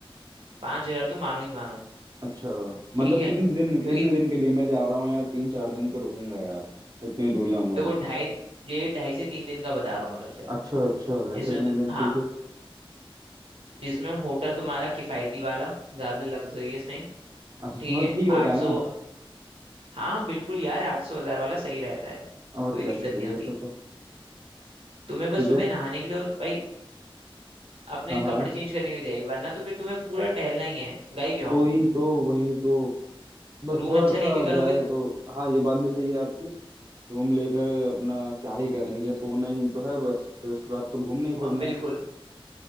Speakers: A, on the right; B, on the right.
A: पाँच हजार तो मानो ही मानो
B: अच्छा मतलब
A: ठीक है
B: कितने दिन कितने
A: क्योंकि
B: दिन के लिए मैं जा रहा हूँ यार तीन चार दिन तो रुकूंगा यार इतनी दूर जाऊंगा
A: देखो
B: तो
A: ढाई ये ढाई से तीन दिन का बता रहा हूँ मैं खर्चा
B: अच्छा अच्छा ढाई
A: इसमें
B: से तीन
A: तो
B: दिन
A: हाँ
B: ठीक है
A: जिसमें होटल तुम्हारा किफायती वाला ज्यादा लग्जरियस नहीं
B: अच्छा समझ
A: ठीक है
B: ठीक होता
A: आठ
B: है
A: सौ
B: ना
A: हाँ बिल्कुल यार आठ सौ हजार वाला सही रहता है
B: और
A: कोई
B: क्या
A: दिक्कत
B: चाहिए
A: नहीं होती
B: ये फिर तो
A: तुम्हें बस
B: ठीक
A: सुबह
B: है
A: नहाने के लिए और भाई अपने
B: हाँ
A: कपड़े
B: हाँ
A: चेंज करने के लिए चाहिए वरना तो फिर तुम्हें पूरा टहलना ही है गए क्यों
B: वही तो वही तो बस
A: रूम
B: थोड़ा
A: अच्छा
B: सा
A: लेके करोगे
B: जाए
A: तो
B: तो हाँ ये बात भी सही है आपकी रूम लेकर अपना क्या ही करेंगे सोना ही तो है बस फिर उसके बाद तो घूमना ही फिरना
A: अ, बिल्कुल
B: है